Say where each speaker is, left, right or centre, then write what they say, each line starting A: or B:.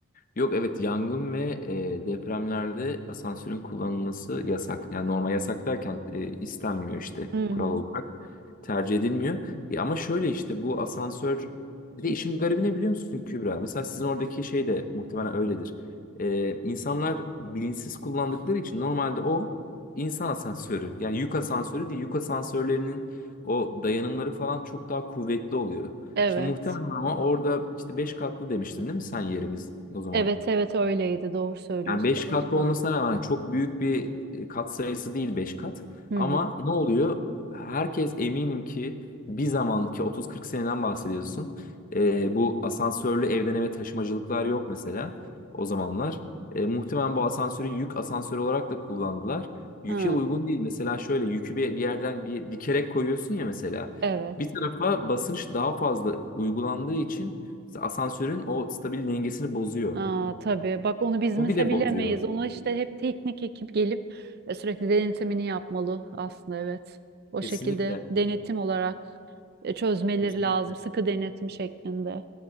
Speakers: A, on the left; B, on the right.
A: Yok evet yangın ve e, depremlerde asansörün kullanılması yasak. Yani normal yasak derken e, istenmiyor işte
B: Hı hı.
A: kural olarak. Tercih edilmiyor. Ya ama şöyle işte bu asansör bir de işin garibi ne biliyor musun Kübra? Mesela sizin oradaki şey de muhtemelen öyledir. E, insanlar bilinçsiz kullandıkları için normalde o insan asansörü. Yani yük asansörü değil. Yük asansörlerinin o dayanımları falan çok daha kuvvetli oluyor.
B: Evet.
A: Şimdi muhtemelen ama orada işte 5 katlı demiştin değil mi sen yerimiz o zaman?
B: Evet evet öyleydi. Doğru söylüyorsun.
A: Yani 5
B: Beş
A: katlı
B: kat.
A: olmasına rağmen çok büyük bir e, kat sayısı değil 5 kat.
B: Hı
A: Ama
B: hı.
A: ne oluyor? Herkes eminim ki bir zaman ki 30-40 seneden bahsediyorsun. E, bu asansörlü evden eve taşımacılıklar yok mesela o zamanlar. E, muhtemelen bu asansörü yük asansörü olarak da kullandılar. Yüke
B: Ha,
A: uygun değil. Mesela şöyle yükü bir, bir yerden bir dikerek koyuyorsun ya mesela.
B: Evet.
A: Bir tarafa basınç daha fazla uygulandığı için asansörün o stabil dengesini bozuyor.
B: Aa, tabii. Bak onu biz
A: O
B: mesela
A: bile
B: bilemeyiz.
A: bozuyor.
B: Ona işte hep teknik ekip gelip e, sürekli denetimini yapmalı aslında evet. O
A: Kesinlikle.
B: şekilde denetim olarak e, çözmeleri
A: Kesinlikle.
B: lazım. Sıkı denetim şeklinde.